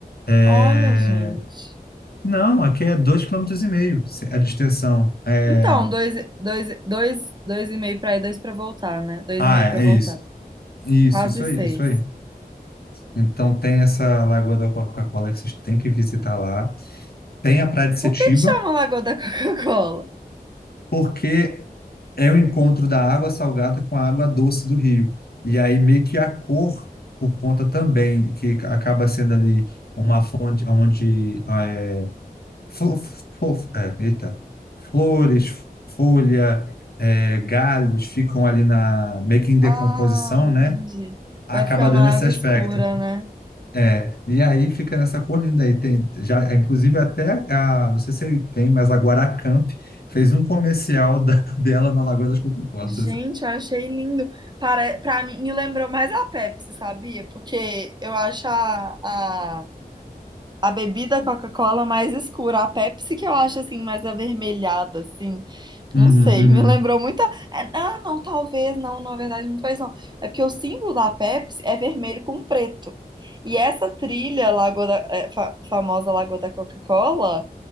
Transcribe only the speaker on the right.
Olha, gente.
Então, dois, dois, dois, dois e meio pra ir, dois pra voltar, né? Dois
e meio pra
voltar.
Quase
seis.
Por
que que chama Lagoa da Coca-Cola?
Ah, entendi.
Vai ficando
água
escura, né?
Gente, eu achei lindo. Para, para mim, me lembrou mais a Pepsi, sabia? Porque eu acho a, a, a bebida Coca-Cola mais escura. A Pepsi que eu acho, assim, mais avermelhada, assim.
Não sei,
me lembrou muito. a- é, Ah, não, talvez, não, na verdade não foi isso, não. É porque o símbolo da Pepsi é vermelho com preto. E essa trilha, Lagoa da, é, fa- famosa Lagoa da Coca-Cola.